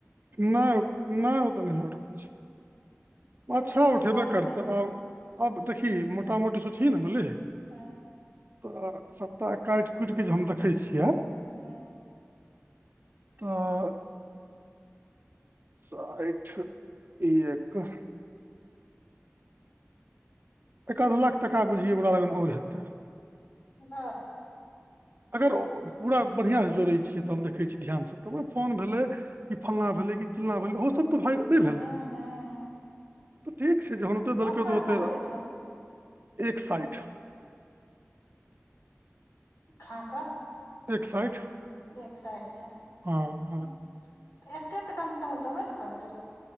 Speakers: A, on the right; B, on the left.
A: नहि नहि ओ तऽ नहि हो छै
B: एक
A: अच्छा
B: दिन फेर
A: उठेबे
B: पहुँचे
A: करतै
B: हे
A: आब। अब देखी मोटामोटी सँ छए ने दऽले
B: ह
A: तऽ सभटा काटि खुटि के जे हम देखै छियै
B: हँ
A: <unintelligible> साठि एक एक आध लाख टका बुझिय ओकरा लग आओर हेतै
B: बस
A: अगर पूरा बढ़िआँसँ जोड़ैत छियै तऽ हम देखै छी ध्यानसँ तब ओहि फोन भेलै ई फलना भेलै कि चिलला भेलै ओहो सब तऽ नहि
B: हूं
A: भेलै
B: हूं
A: तऽ ठीक छै जहन देलकै
B: ओकर
A: तऽ ओते
B: कते छौ
A: एक साठि
B: खा कऽ
A: एक साठि
B: एक साठि छै ह
A: हँ हँ
B: तऽ एते तऽ कमसँ कम ओ दबे नऽ करतै जे